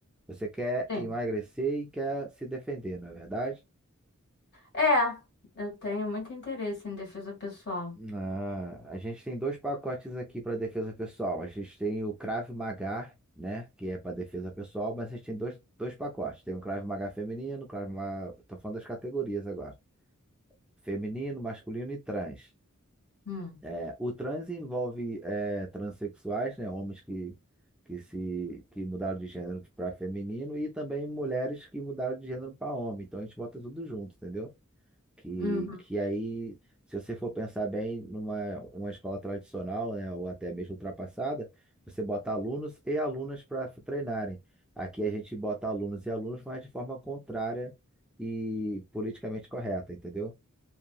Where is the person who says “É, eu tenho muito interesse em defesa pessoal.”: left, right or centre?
Left